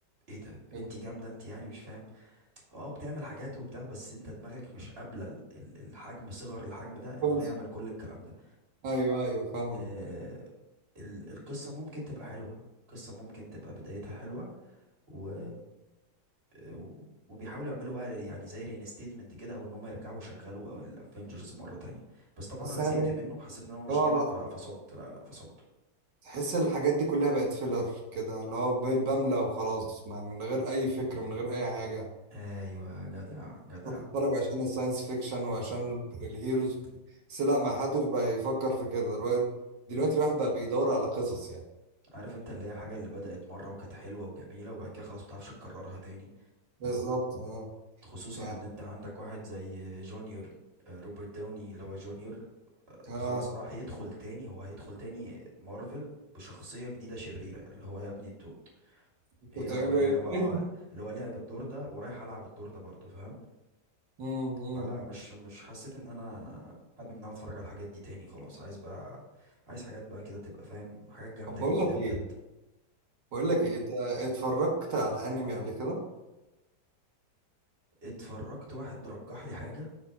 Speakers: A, on the right; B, on the right.
A: ايه ده
B: حلو
A: انت جامده انت يعني مش فاهم اه بتعمل حاجات وبتاع بس انت دماغك مش قابله ال- ال- الحجم صغر الحجم ده ان
B: كويس
A: هو يعمل كل الكلام ده
B: ايوه ايوه فاهمه
A: اه ال- القصه ممكن تبقى حلوه القصه ممكن تبقى بدايتها حلوه و اه، وبيحاولوا يعملوا بقى ري- يعني زي رينستيتمنت كده او ان هم يرجعوا يشغلوا الافنجرز مره تانية بس طبعا
B: بس
A: انا
B: انا
A: زهقت
B: في
A: منه حسيت ان هو مش
B: اه
A: جامد
B: لا
A: ففصلت
B: لا
A: لا لا فصلته
B: تحس الحاجات دي كلها بقت فيلر كده اللي هو ب- بملى وخلاص ما- من غير اي فكرة من غير اي حاجة
A: آه، ايوه جدع جدع
B: بتتفرج عشان الساينس فيكشن وعشان ال- الهيروز بس لا ما حدش بقى يفكر في كده الواد دلوقتي الواحد
A: مم.
B: بقى بيدور على قصص يعني
A: عارف انت اللي هي الحاجة اللي بدأت مرة وكانت حلوة وجميلة وبعد كده خلاص متعرفش تكررها تاني
B: بالظبط اه
A: خصوصا
B: يعني
A: ان انت عندك واحد زي جونيور آه، روبرت داوني اللي هو جونيور
B: اه
A: خلاص راح يدخل تاني هو هيدخل تاني مارفل بشخصية جديدة شريرة اللي هو يا ابني انتوا
B: انتوا
A: ايه
B: بتعملوا
A: يا اخوان يعني
B: ايه
A: هو اه
B: <laughs>
A: اللي هو لعب الدور ده ورايح العب الدور ده برضه فاهم
B: مم، مم.
A: فلا مش مش حسيت ان انا حابب ان انا اتفرج على الحاجات دي تاني خلاص عايز بقى عايز حاجات بقى كده تبقى فاهم حاجات جامدة
B: طب بقول
A: جديدة
B: لك
A: بجد
B: ايه بقول
A: مم.
B: لك ايه انت اتفرجت على انمي قبل كده
A: اتفرجت واحد رجح لي حاجة